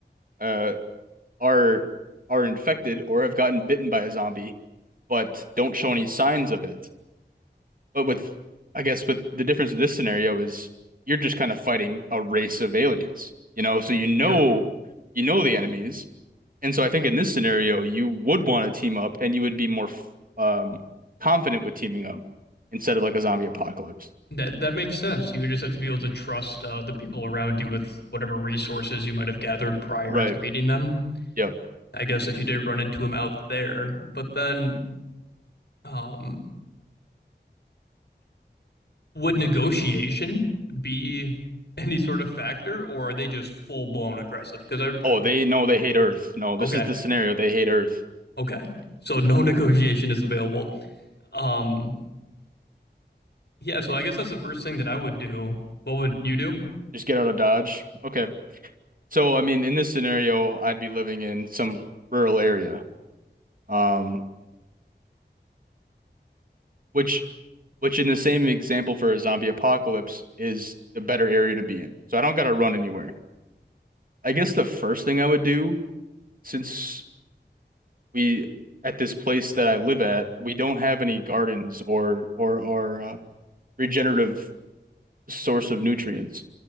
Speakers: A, on the right; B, on the left.
A: uh, are are infected or have gotten bitten by a zombie, but don't show any signs of it. But with, I guess, with the difference of this scenario is you're just kind of fighting a race of aliens, you know. So you know,
B: Yep.
A: you know the enemies, and so I think in this scenario you would want to team up, and you would be more f- um confident with teaming up instead of like a zombie apocalypse.
B: That that makes sense. You would just have to be able to trust uh, the people around you with whatever resources you might have gathered prior
A: Right.
B: to meeting them.
A: Yep.
B: I guess if you did run into him out there. But then, um, would negotiation be any sort of factor, or are they just full blown aggressive? Because I,
A: Oh, they no, they hate Earth. No, this
B: okay,
A: is the scenario. They hate Earth.
B: okay, so no <laughs> negotiation is available. Um, yeah, so I guess that's the first thing that I would do. What would you do?
A: Just get out of Dodge. Okay. So, I mean, in this scenario, I'd be living in some rural area. Um, which which in the same example for a zombie apocalypse is the better area to be in. So I don't gotta run anywhere. I guess the first thing I would do, since we at this place that I live at, we don't have any gardens or or or uh, regenerative source of nutrients.